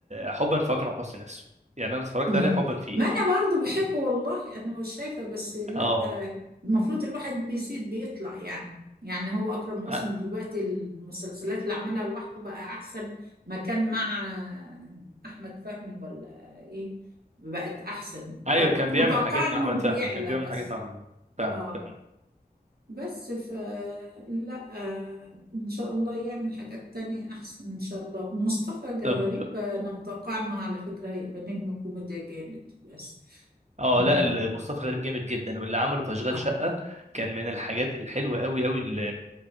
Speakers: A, on the right; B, on the right.
A: حبا في اكرم حسني نفسه يعني انا اتفرجت
B: ما,
A: عليه حبا فيه
B: ما انا برضو بحبه والله انا مش شايفه بس لا
A: اه
B: آه، المفروض الواحد بيزيد بيطلع يعني يعني هو اكرم حسني
A: أ-
B: دلوقتي المسلسلات اللي عملها لوحده بقى احسن ما كان مع آه، احمد فهمي ولا ايه بقت احسن
A: ايوه
B: فكنت
A: كان بيعمل
B: متوقعه
A: حاجات
B: انه
A: مع احمد
B: بيعلى
A: فهمي كان بيعمل
B: بس
A: حاجات مع احمد فهمي فاهمك
B: اه
A: فاهمك.
B: بس ف لا آه، ان شاء الله يعمل حاجات تانية احسن ان شاء الله ومصطفى
A: طب
B: غريب آه، انا متوقعه انه على فكره هيبقى نجم الكوميديا جامد بس
A: اه
B: ما
A: لا ال-
B: شاء الله
A: مصطفى غريب جامد جدا واللي عمله في اشغال
B: اه
A: شقه كان من الحاجات الحلوه قوي قوي اللي